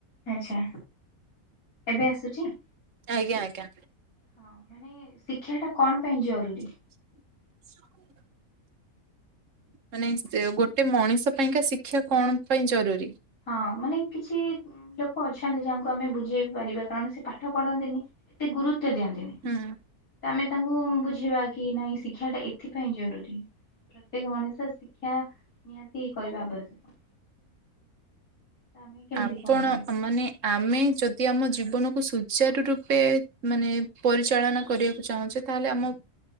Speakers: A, on the left (about 70°); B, on the right (about 60°).
A: ଆଚ୍ଛା ଏବେ ଆସୁଛି?
B: ଆଜ୍ଞା ଆଜ୍ଞା।
A: ହଁ ମାନେ ଶିକ୍ଷା ଟା କଣ ପାଇଁ ଜରୁରୀ?
B: <inaudible> ମାନେ ସେ ଗୋଟେ ମଣିଷ ପାଇଁକା ଶିକ୍ଷା କଣ ପାଇଁ ଜରୁରୀ?
A: ହଁ ମାନେ କିଛି ଉଁ ଲୋକ ଅଛନ୍ତି ଯାହାଙ୍କୁ ଆମେ ବୁଝେଇ ପାରିବା କାରଣ ସେ ପାଠ ପଢନ୍ତିନି, ଏତେ ଗୁରୁତ୍ୱ ଦିଅନ୍ତିନି। ତ
B: ହୁଁ
A: ଆମେ ତାଙ୍କୁ ବୁଝେଇବା କି ନାଇଁ ଶିକ୍ଷା ଟା ଏଥିପାଇଁ ଜରୁରୀ। ପ୍ର ତ୍ୟେକ ମଣିଷ ଶିକ୍ଷା ନିହାତି କରିବା ଆବଶ୍ୟକ। ତ ଆମେ କେମିତି
B: ଆପଣ
A: କଣ ତାଙ୍କୁ କହିବା।
B: ମାନେ ଆମେ ଯଦି ଆମ ଜୀବନକୁ ସୁଚାରୁ ରୂପେ ମାନେ ପରିଚାଳନା କରିବାକୁ ଚାହୁଁଛେ ତାହେଲେ ଆମ